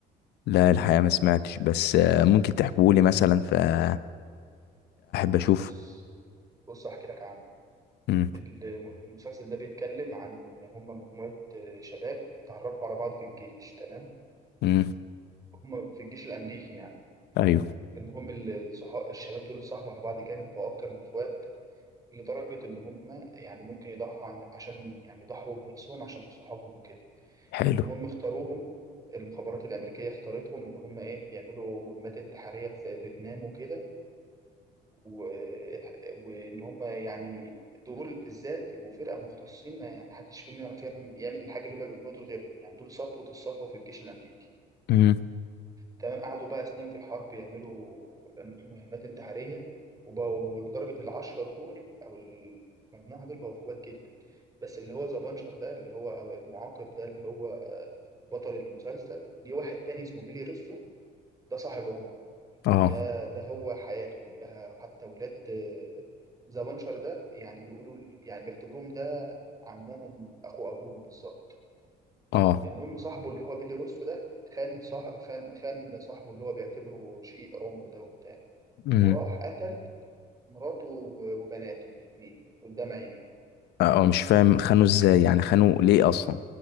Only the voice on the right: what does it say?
بص بص احكي لك عنه
الم- المسلسل ده بيتكلم عن إن هم مجموعة آه، شباب اتعرفوا على بعض في الجيش تمام
هم في الجيش الأمريكي يعني
المهم الصحاب الشباب دول اتصاحبوا على بعض جامد بقوا أكتر من إخوات لدرجة إن هم يعني ممكن يضحوا عن عشان يعني يضحوا بنفسهم عشان صحابهم وكده
المهم اختاروهم المخابرات الأمريكية اختارتهم إن هم إيه يعملوا مهمات انتحارية في فيتنام وكده و... وإن هم يعني دول بالذات يبقوا فرقة مختصين ما ما حدش فيهم يعرف يعمل يعمل الحاجة اللي هم بيعملوها دول غيرهم يعني دول صفوة الصفوة في الجيش الأمريكي
تمام قعدوا بقى سنين في الحرب يعملوا مهمات انتحارية وبقوا لدرجة العشرة دول أو المجموعة دول بقوا إخوات جدا بس اللي هو ذا بانشر ده اللي هو أو المعاقب ده اللي هو بطل المسلسل ليه واحد تاني اسمه بيلي روسو ده صاحب عمر يعني
ده ده هو حياته كلها حتى ولاد ذا بانشر ده يعني بيقولوا يعني بيعتبروهم ده عمهم أخو أبوهم بالظبط
المهم صاحبه اللي هو بيلي روسو ده خان صاح خان خان صاحبه اللي هو بيعتبره شقيق عمره ده وبتاع
وراح قتل مراته و- وبناته الاتنين قدام عينيه